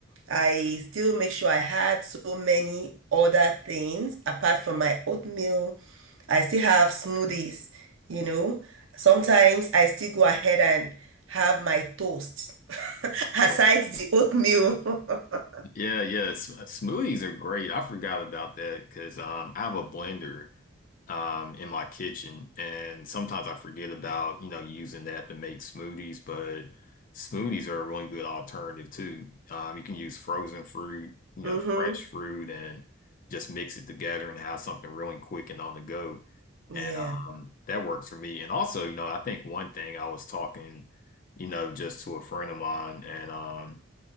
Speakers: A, on the right; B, on the left.
A: I still make sure I had so many other things apart from my oatmeal. I still have smoothies, you know. Sometimes I still go ahead and have my toast <laughs> aside
B: Right.
A: the oatmeal. <laughs>
B: Yeah, yeah. s- Smoothies are great. I forgot about that because um, I have a blender. um, in my kitchen. And sometimes I forget about, you know, using that to make smoothies, but smoothies are a really good alternative too. Um, you can use frozen fruit, you know,
A: Mm-hmm.
B: fresh fruit and just mix it together and have something really quick and on the go.
A: Yeah,
B: And um, that works for me. And also, you know, I think one thing I was talking, you know, just to a friend of mine, and um,